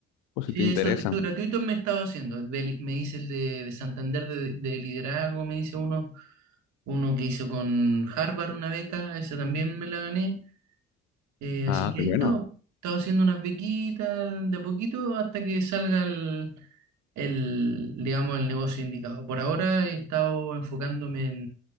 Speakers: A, on the left (about 80°); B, on the right (about 65°).
A: por si
B: sí,
A: te interesa.
B: eso de hecho gratuito me estaba haciendo. de li- me hice el de, de Santander de, de liderazgo, me hice uno, uno que hizo con Harvard una beca, esa también me la gané. Eh,
A: Ah,
B: así que
A: qué
B: ahí
A: bueno,
B: estaba, estaba haciendo unas bequitas de a poquito hasta que salga el, el, digamos, el negocio indicado. Por ahora he estado enfocándome en,